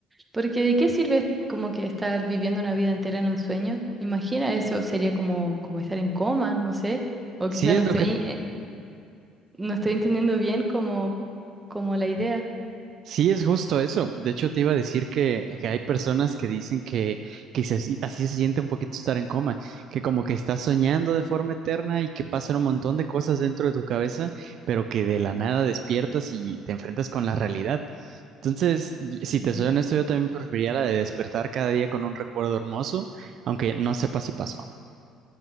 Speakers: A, on the right (about 15°); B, on the right (about 60°).
A: Porque ¿de qué sirve como que estar viviendo una vida entera en un sueño? Imagina eso, sería como, como estar en coma, no sé. O
B: Sí,
A: quizá no
B: es
A: estoy,
B: lo que,
A: eh, no estoy entendiendo bien como, como la idea.
B: Sí, es justo eso. De hecho, te iba a decir que, que hay personas que dicen que, que se- así, se siente un poquito estar en coma, que como que estás soñando de forma eterna y que pasan un montón de cosas dentro de tu cabeza, pero que de la nada despiertas y te enfrentas con la realidad. Entonces, y- si te
A: Mm.
B: soy honesto, yo también preferiría la de despertar cada día con un recuerdo hermoso, aunque no sepa si pasó.